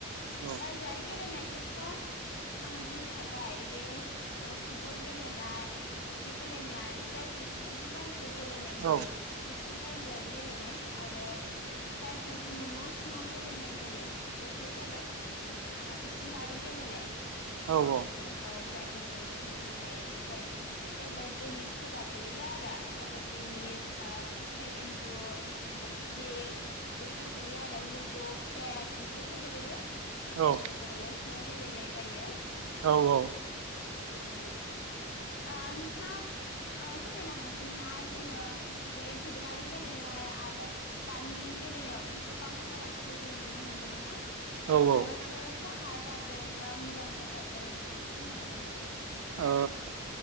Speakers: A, on the right; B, on the left.
A: औ
B: बायजोआरि गेलेनायखौथ' आं बुंखाबाय बे अ फुटबल गेलेनाय क्रिक गेलेनाय जायफोरखौ माने बायजोआव गेलेनाय जायो।
A: औ
B: बेफोर बायजोआरि गेलेनाय आरो जायखौ जोङो न' सिङाव गेलेनाय जायो बेफोर जाबाय ओ इसिआरि गेलेनाय
A: औ औ
B: औ जायखौ जों न'सिङाव गेलेनाय जायो बे जाबाय टेबोल टेनिसफोरा गोलैयो आरो टेबोल टनिस हो थाय खन्थु बक्सिं बेफोर गोलैयो आरो लुड' चेस बेफोरबो गोलैयो।
A: औ।
B: जायखौ जोङो न' सिङाव गेलेनाय जायो।
A: औ औ।
B: अ आ नोंथाङा आ फोरमायनो हा ना जोङो बे दोरोङारि गेलेनाय आरो। दानि गेलेनायावथ' गोबां फारागखौ जों नुनो मोनदोंना
A: औ
B: बेयाव मायबाफोर
A: औ
B: खहा जादों बा मुलाम्फा जादों बेफोरखौ बुंनो हागोन नामा?
A: ओ